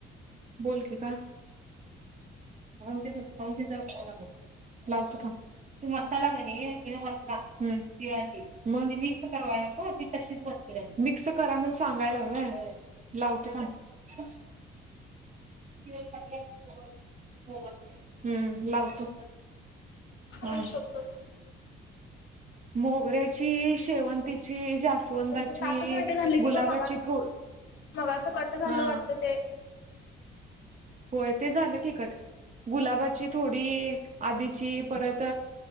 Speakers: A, on the right; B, on the left.
A: बोलते का <unintelligible> लावतो थांब. ती मसाला कणी वतला हम तिळा मगून मिक्स करावय नको ती तशीच बरणी मिक्स करा म्हण सांगायला व्हय, लावतो थांब. <unintelligible> हम्म लावतो. हा
B: आई शप्पत
A: मोगऱ्याची, शेवंतीची जास्त जास्वंदाची,
B: नुसतं सातच मिनिटे झाली की
A: गुलाबाची
B: ग मगाच
A: थो
B: मगाच कट झालं
A: हा
B: वाटतं ते
A: होय ते झालं की कट गुलाबाची थोडी, आधीची परत